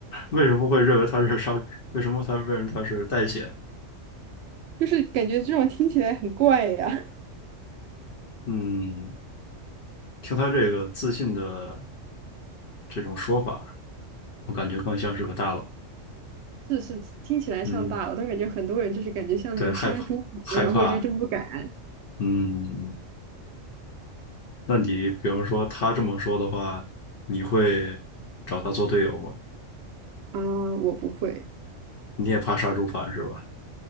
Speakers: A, on the left (about 55°); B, on the right (about 65°).
A: 为什么会认为他是商？为什么他认为他是代写？
B: 就是感觉这种听起来很怪呀。
A: 嗯，听他这个自信的这种说法，我感觉更像是个大佬。
B: 是是，听起来像大佬，
A: 嗯，
B: 但感觉很多人就是感觉像那种杀猪盘，
A: 对，害怕害怕。
B: 然后就真不敢
A: 嗯。嗯嗯那你比方说他这么说的话，你会找他做队友吗？
B: 啊，我不会，
A: 你也怕杀猪盘是吧？